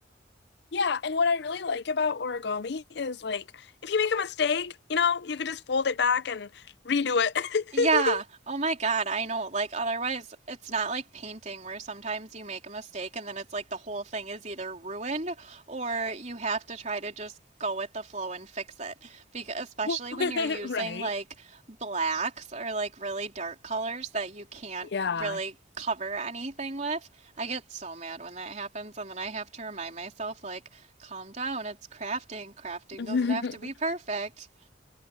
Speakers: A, on the left (about 60°); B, on the right (about 40°).
A: Yeah, and what I really like about origami is like if you make a mistake, you know, you could just fold it back and redo it.
B: Yeah. Oh my God, I know. Like, otherwise, it's not like painting where sometimes you make a mistake and then it's like the whole thing is either ruined or you have to try to just go with the flow and fix it. Because especially
A: <laughs>
B: when you're using
A: <laughs> Right.
B: like blacks or like really dark colors that you can't
A: Yeah.
B: really cover anything with. I get so mad when that happens and then I have to remind myself like, calm down, it's crafting. Crafting
A: <laughs>
B: doesn't have to be perfect.